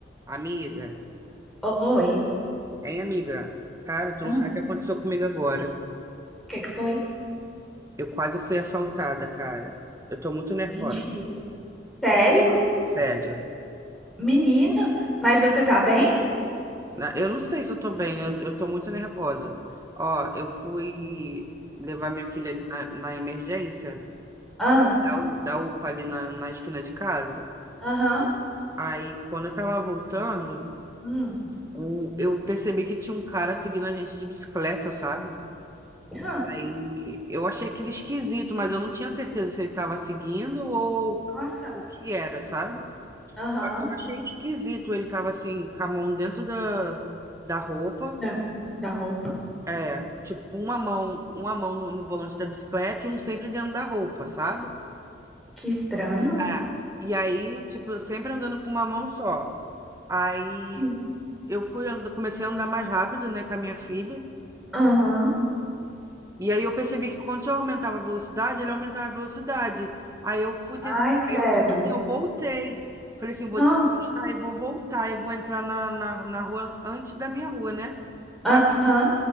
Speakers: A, on the right; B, in the centre.
A: Amiga,
B: Oi.
A: hein, amiga? Cara, tu
B: Ah,
A: não sabe
B: o
A: o que aconteceu comigo agora.
B: que que foi?
A: Eu quase fui assaltada, cara. Eu tô muito nervosa.
B: Mentira. Sério?
A: Sério.
B: Menina, mas você tá bem?
A: Na- Eu não sei se eu tô bem, eu, eu tô muito nervosa. Ó, eu fui levar minha filha ali na, na emergência,
B: Ah,
A: da, U- da UPA ali na, na esquina de casa.
B: aham.
A: Aí, quando eu tava voltando,
B: hum,
A: um- eu percebi que tinha um cara seguindo a gente de bicicleta, sabe?
B: hã,
A: Aí eu achei aquele esquisito, mas eu não tinha certeza se ele estava seguindo ou
B: Nossa.
A: o que era, sabe?
B: Aham.
A: Só que eu achei esquisito, ele tava assim, com a mão dentro da, da roupa,
B: Da, da roupa.
A: é, tipo, com uma mão, uma mão no, no volante da bicicleta e um sempre dentro da roupa, sabe?
B: Que estranho.
A: É. E aí, tipo, eu sempre andando com uma mão só. Aí
B: Hum,
A: eu fui, and- comecei a andar mais rápido, né, com a minha filha.
B: Aham.
A: E aí eu percebi que quando eu aumentava a velocidade, ele aumentava a velocidade. Aí eu fui tent...
B: Ai, credo.
A: aí eu, tipo assim, eu voltei. Falei assim, vou
B: Hã,
A: despistar e vou voltar e vou entrar na, na, na rua antes da minha rua, né?
B: Aham.
A: Pra...